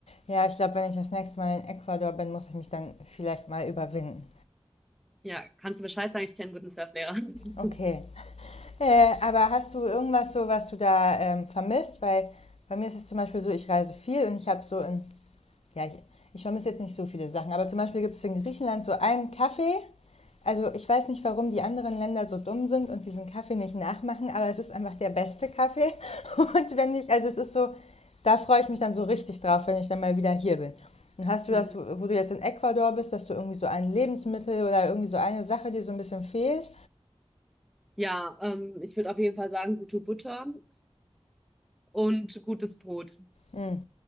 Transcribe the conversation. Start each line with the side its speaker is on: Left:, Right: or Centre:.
Left: Ja, ich glaube, wenn ich das nächste Mal in Ecuador bin, muss ich mich dann vielleicht mal überwinden.
Centre: Ja, kannst du Bescheid sagen, ich kenne einen guten Surflehrer. <laughs>
Left: Okay. Äh, aber hast du irgendwas so, was du da ähm, vermisst? Weil bei mir ist es zum Beispiel so, ich reise viel und ich habe so in Ja, ich, ich vermisse jetzt nicht so viele Sachen, aber zum Beispiel gibt es in Griechenland so einen Kaffee. Also ich weiß nicht, warum die anderen Länder so dumm sind und diesen Kaffee nicht nachmachen, aber es ist einfach der beste Kaffee. <laughs> Und wenn ich, also es ist so, da freue ich mich dann so richtig drauf, wenn ich dann mal wieder hier bin. Und hast du
Centre: Mhm.
Left: das, wo du jetzt in Ecuador bist, dass du irgendwie so ein Lebensmittel oder irgendwie so eine Sache, die so ein bisschen fehlt?
Centre: Ja, ähm, ich würde auf jeden Fall sagen, gute Butter und gutes Brot.
Left: Mm.